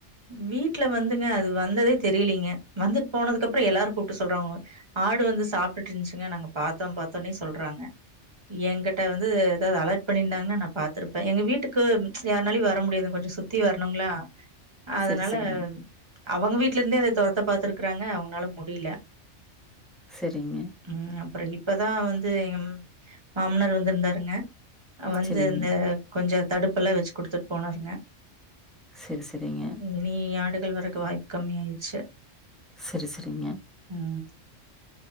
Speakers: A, on the right (about 25°); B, in the centre.
A: வீட்ல வந்துங்க அது வந்ததே தெரீலீங்க வந்துட்டு போனதுக்கப்றோ எல்லாரூ கூப்டு சொல்றாங்க ஆடு வந்து சாப் ப்டுட்ருந்துச்சுங்க நாங்க பாத்தோ பாத்தோனே சொல்றாங்க எங்கிட்ட வந்து ஏதாவ்து அலர்ட் பண்ணியிருந்தாங்கன்னா நா பாத்திருப்பே எங்க வீட்டுக்கு யாருனாலையூ வர முடியாது கொஞ்சோ சுத்தி வரணுங்களா அதனால
B: சரி, சரிங்க.
A: அவங்க வீட்லருந்தே அத தொரத்த பாத்துருக்கறாங்க அவங்ளால முடில
B: சரிங்க
A: உம் அப்புறோ இப்பதா வந்து எங்க மாமன்னார் வந்திருந்தாருங்க வந்து
B: சரிங்க.
A: அந்த கொஞ்சு தடுப்புெல்லா வெச்சு கொடுத்துட்டு போனாருங்க
B: செரி செரிங்க
A: இனி <unintelligible> வரக்கு வாய்ப்பு கம்மி ஆயிடுச்சு
B: செரி செரிங்க
A: உம்